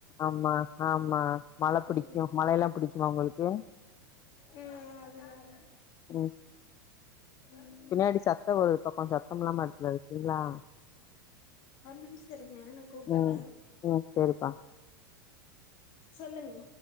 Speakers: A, on the left; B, on the left.
A: ஆமா ஆமா மழ புடிக்கு
B: ம்
A: மழை எல்லா புடிக்குமா உங்களுக்கு
B: ம் அதனால
A: ம்
B: ம்
A: பின்னாடி சத்தோ வருது பா கொஞ்சோ சத்தம் இல்லாம எடத்துல இருக்கீங்களா
B: ஒரு நிம்ஷோ இருங்க நா கூப்பட்றே
A: ம் ம் சேரிப்பா
B: சொல்லுங்க